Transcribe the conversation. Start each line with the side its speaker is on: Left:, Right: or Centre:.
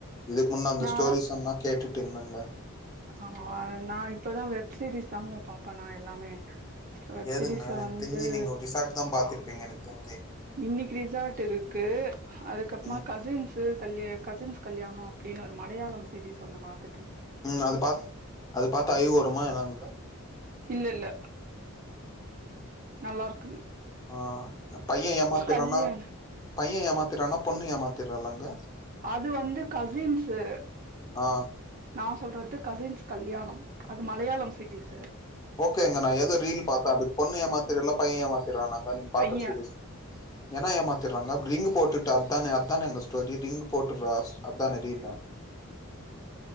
Left: இதுக்கு முன்ன அந்த
Right: நா
Left: ஸ்டோரிஸ் சென்னா கேட்டுட்டு இருந்தேங்க
Right: ஆமாவா நா இப்பதா வெப் சீரிஸ் தாங்க பாப்பே நா எல்லாமே வெப்
Left: எதுங்க
Right: சீரிஸ்ல
Left: எனக்கு
Right: வந்து
Left: தெரிஞ்சு நீங்க ஒரு ரிசார்ட் தா பாத்துருப்பீங்க எனக்கு தெரிஞ்சு
Right: இன்னைக்கு ரிசார்ட் இருக்கு அதுக்கப்புறமா
Left: ம்
Right: கசின்ஸ் கல்ய கசின்ஸ் கல்யாணோ அப்படின்னு ஒ மலையாளம் சீரிஸ் ஒன்னு பாத்
Left: ம் அது பாத் அது பாத்து ஐ வருமா என்னங்க்கா
Right: இல்ல இல்ல நல்லா இருக்கு
Left: ஆ எ பைய ஏமாத்துறன்னா
Right: கல்யாண்
Left: பைய ஏமாத்துறானா பொண்ணு ஏமாத்துறாளாங்க
Right: அது வந்து கசின்ஸு
Left: ஆ
Right: நா சொல்றது கசின்ஸ் கல்யாணம் அது மலையாளம் சீரியஸு
Left: ஓகேங்க நா ஏதோ ரீல் பாத்தே அது பொண்ணு ஏமாத்திறால்ல பைய ஏமாத் திறாலங்க நீங்க பாக்குற
Right: பைய
Left: சீரியஸ் ஏன்னா ஏமாத்திடுறாங்க ரிங் போட்டுட்டு அத்தானே அத்தானே அங்க ஸ்டோரி ரிங் போட்டு ராஸ் அத்தா ரீலா